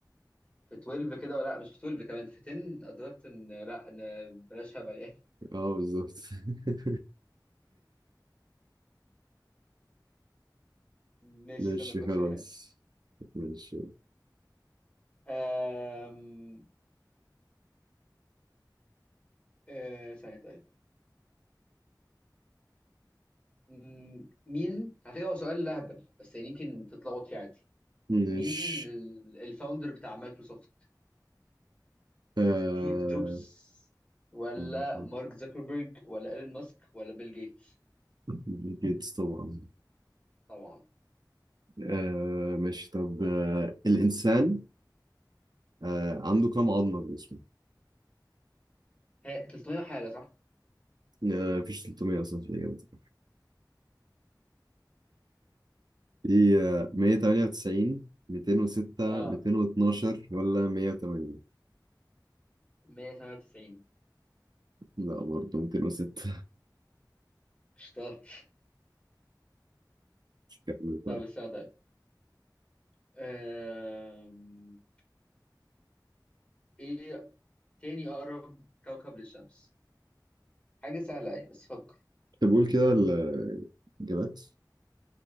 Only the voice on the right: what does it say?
اه بالظبط <laughs>
ماشي
خلاص
ماشي
مش
آه
ماشي
بيل جيتس طبعا
آه ماشي طب آه الإنسان آه عنده كم عظمة في جسمه؟
آه مفيش 300 أصلا في الإجابة دي في آه 198 206
212 ولا 180
لا برضه 206
<laughs> كمل
طيب
طب قول كده الإجابات